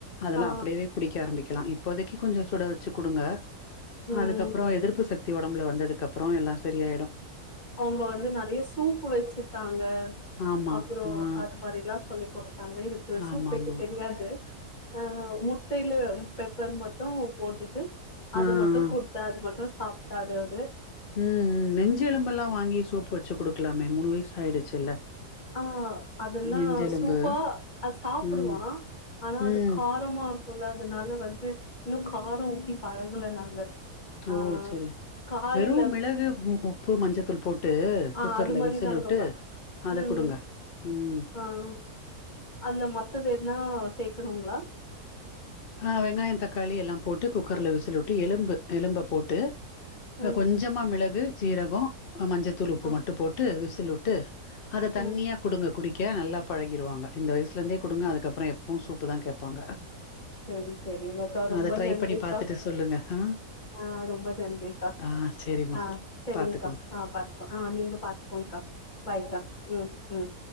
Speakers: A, on the left; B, on the left.
A: அதெல்லாம்
B: ஆ
A: அப்படியே குடிக்க ஆரம்மி கலாம் இப் இப்போதைக்கு கொஞ்ச சுட வச்சு கொடுங்க
B: ம்
A: அதுக்கப்புறம் எதிர்ப்பு சக்தி உடம்புல வந்ததுக்கு அப்புறம் எல்லாம் சரியாயிடும்
B: அவங்க வந்து நிறைய சூப்பு வச்சுட்டாங்க
A: ஆமா
B: அப்புறம்
A: ஆ
B: அது மாதிரில்லாம் சொல்லிக்கொடுத் தங்க இருக்கு சூப்
A: ஆமா
B: வைக்க
A: ஆமா
B: தெரியாது ஆஹ் முட்டையில பெப்பர் மட்டும் போட்டுட்டு அது
A: ஆ
B: மட்டும்
A: ஆ
B: குடுத்தா அது மட்டும் சாப்பிட்டாரு அவுரு
A: உஹம் நெஞ்சு எலும்பெல்லாம் வாங்கி சூப் வச்சு குடுக்கலாமே மூணு வயசு ஆயிடுச்சுல்ல
B: ஆஹ் அதெல்லாம்
A: நெஞ்செலும்பு
B: சூப்பா சாப்பிடுவான்
A: ம்
B: ஆனா அது
A: ம்
B: காரமா இருக்கு கொள்ளாதனால வந்து இன்னும் காரம் ஊத்தி பழகல நாங்க ஆ
A: ஓ செரி
B: காய்ல
A: வெறும் மிளகு உப்பு மஞ்சத்தூள் போட்டு
B: ஆஹ்
A: குக்கர்ல
B: அது மாதிரிதாங்கப்ப
A: விசில் விட்டு அத
B: உம்
A: குடுங்க ம்
B: ஆஹ் அது மத்தது என்னா சேர்க்கனுங்களா
A: ஆஹ் வெங்காயம் தக்காளி எல்லாம் போட்டு குக்கர்ல விசில விட்டு எலும்பு எலும்ப போட்டு
B: ம்
A: அ கொஞ்சமா மிளகு சீரகம் மஞ்சத்தூள் உப்பு
B: ஆ
A: மட்டும் போட்டு விசில் விசில்லுட்டு அத தண்ணியா
B: ம்
A: குடுங்க குடிக் நல்லா பழகிடுவாங்க இந்த வயசுல இருந்தே கொடுங்க அதுக்கப்புறம் எப்பவும் சூப்பு தான் கேப்பாங்க
B: சரி செரிங்கக்கா ரொம்ப
A: அத ட்ரை
B: நன்றிக்கா
A: பண்ணி பாத்துட்டு சொல்லுங்க ஆ
B: ஆஹ் ரொம்ப நன்றிக்கா
A: ஆ செரிம்மா
B: ஆஹ் செ
A: பாத்துக்கோங்க
B: ரிங்க்கா ஆஹ் பாத்துக்கோம் ஆஹ் நீங்க பாத்துக்கோங்க்கா பாய் உம் உம்